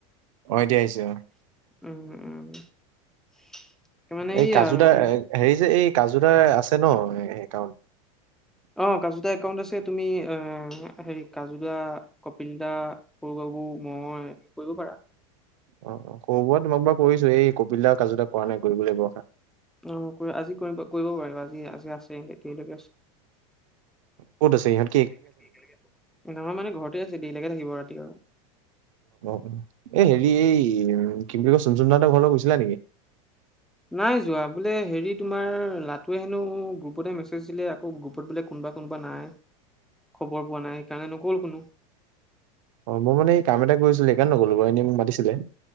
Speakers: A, on the right; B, in the centre.
A: অ এতিয়া আহিছো
B: উম উম মানে
A: এই
B: এইয়া
A: কাজু
B: আৰু
A: দাৰ
B: এতিয়া।
A: হেৰি যে এই কাজুদাৰ আছে ন সে কাৰণ <unintelligible>
B: অ কাজু দা একাউণ্ট আছে তুমি অ হেৰি কাজু দা কপিল দা সৰু <unintelligible> মই এনে কৰিব পাৰা
A: অ ক'বত মই বা কৈছো এই <unintelligible> কবিলা কাজুদা কৰা নাই কৰিব লাগিব।
B: অ কৰি আজি কৰিব কৰিব পাৰিবা আজি আছে আছে একেলৈকে আছে।
A: কত আছে সিহঁত?
B: নমাৰ মানে ঘৰতে আছে দেৰি লকে থাকিব ৰাতি আৰু
A: এ হেৰি এই কি বুলি কয় চুনচুন দা হেতৰ ঘৰলৈ গৈছিলা নেকি?
B: নাই যোৱা বোলে হেৰি তোমাৰ লাটোৱে হেনো গ্ৰুপতে মেছেজ দিলে আকৌ গ্ৰুপত বোলে কোন বা কোনোবা নাই খবৰ পোৱা নাই সেইকাৰণে নগ'ল কোনো
A: অ মই মানে এই কাম এটা কৰিছিলো সেইকাৰণ নগ'লো বাৰু এনেই মোক মাতিছিলে